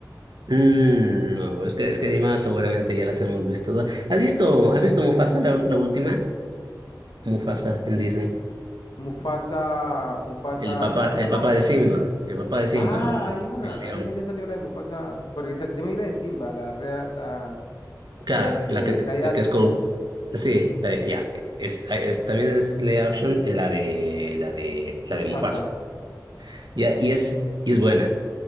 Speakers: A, on the right (about 75°); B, on the left (about 80°).
A: Mm, no, es que, es que Dima seguramente ya las hemos visto. todas. ¿Has visto, has visto Mufasa, la, la última? Mufasa en Disney.
B: Mufasa, Mufasa
A: El papá,
B: la uno,
A: el papá de Simba, el papá de Simba,
B: Ah,
A: el,
B: hay una,
A: el león.
B: hay una ya salió la de Mufasa, porque sal- yo me vi la de Simba, la real, la
A: Claro,
B: eh,
A: la que,
B: live
A: que
B: action,
A: es con... Sí, la- ya, es, es- también es live action, eh, la de, la de, la
B: Mufasa.
A: de Mufasa. Ya, y es, y es buena,